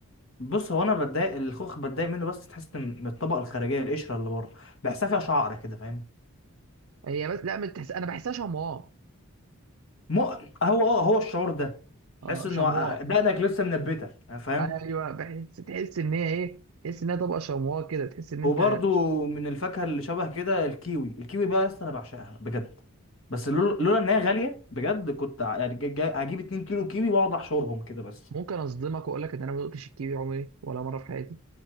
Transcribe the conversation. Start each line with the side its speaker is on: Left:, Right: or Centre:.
Left: بص هو انا بتضايق الخوخ بتضايق منه بس تحس من من الطبقه الخارجيه القشره اللي بره بحسها فيها شعر كده فاهم
Right: هي بس لا بتحس انا بحسها شمواء
Left: مو هو اه هو الشعور ده
Right: اه
Left: تحس انه
Right: شمواء
Left: آه، دقنك لسه منبته فاهم
Right: ايوه بحس تحس ان هي ايه تحس ان هي طبقه شمواء كده تحس ان
Left: وبرضو
Right: انت
Left: من الفاكهه اللي شبه كده الكيوي الكيوي بقى يا اسطى انا بعشقها بجد بس لول- لولا ان هي غاليه بجد كنت ع- يعني جا- جا- هجيب 2 كيلو كيوي واقعد احشرهم كده بس
Right: ممكن اصدمك واقول لك ان انا ما دقتش الكيوي عمري ولا مره في حياتي